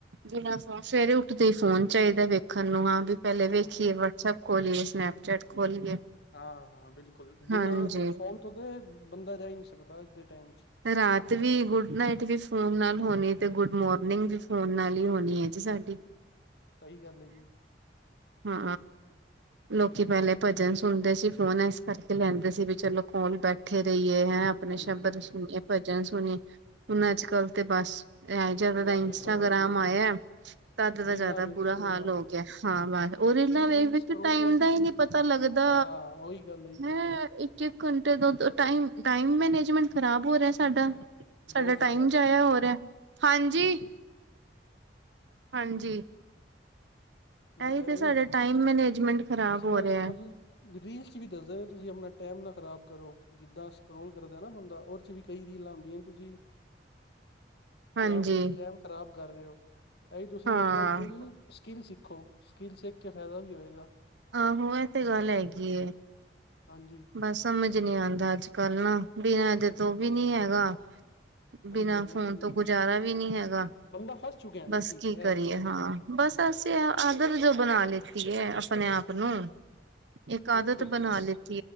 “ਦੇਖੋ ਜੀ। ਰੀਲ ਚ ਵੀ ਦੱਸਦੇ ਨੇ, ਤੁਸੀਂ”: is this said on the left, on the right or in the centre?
Left